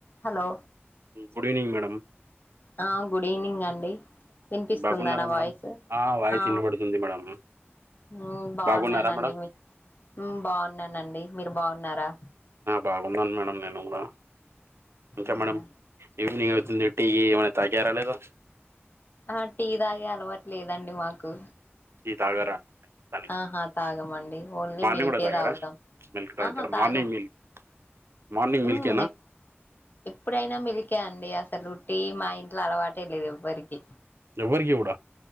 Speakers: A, on the left; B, on the right.
A: Hello
B: good evening madam
A: ఆ good evening అండి వినిపిస్తుంద
B: బాగున్నారా
A: నా
B: మేడం
A: వాయిస్
B: వాయిస్
A: ఆ
B: వినబడుతుంది మేడం
A: ఊ బాగున్నానండి
B: బాగున్నారా మేడం
A: మీ బాగున్నానండి మీరు బాగున్నారా
B: బాగున్నాను మేడం నేను కూడా ఇంకా
A: అవునా
B: మేడం ఈవెనింగ్ అవుతుంది టీ ఏమైనా తాగార లేదా
A: ఆ టీ తాగే అలవట్లేదండి మాకు
B: టీ తాగర తనికి
A: ఆహా తాగమండి ఓన్లీ
B: మార్నింగ్
A: మిల్కే
B: కూడా తాగర
A: తాగుతాం
B: మిల్క్ తాగుతర
A: ఆహా తాగం
B: మార్నింగ్ మిల్క్ మార్నింగ్ మిల్కేనా
A: ఉమ్ ఎప్ ఎప్పుడైనా మిల్కె అండి అసలు టి మా ఇంట్లో అలవాటే లేదు ఎవ్వరికి
B: ఎవరికీ కూడ